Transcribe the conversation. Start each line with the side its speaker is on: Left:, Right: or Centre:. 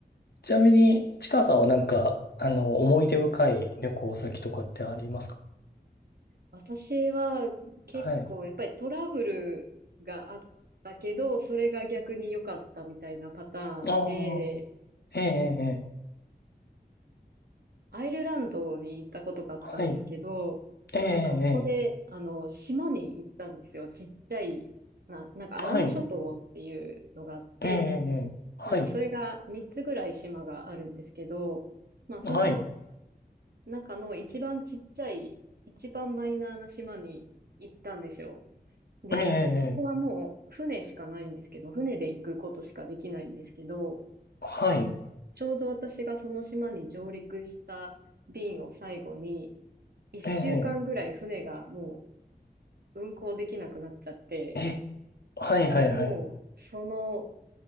Left: ちなみに、ちかさんはなんか、あの、思い出深い旅行先とかってありますか
Right: 私は結構やっぱりトラブルがあったけど、
Left: はい。
Right: それが逆に良かったみたいなパターンで、
Left: ああ、ええ、ええ、ええ
Right: アイルランドに行ったことがあったんですけど、
Left: はい。ええ、ええ
Right: なんかそこで、あの、島に行ったんですよ。ちっちゃい、な、なんかアラン諸島っていうのがあって、
Left: はい。ええ、ええ、はい。
Right: なんかそれが3つぐらい島があるんですけど、まあその
Left: はい。
Right: 中の一番ちっちゃい、一番マイナーな島に行ったんですよ。で、
Left: ええ、ええ、
Right: そこはもう船しかないんですけど、船で行くことしかできないんですけど、
Left: はい。
Right: ちょうど私がその島に上陸した便を最後に、一週間ぐらい船がも
Left: ええ、
Right: う運航できなくなっちゃって、
Left: ええ、はい、はい、
Right: で、もう、
Left: はい。
Right: その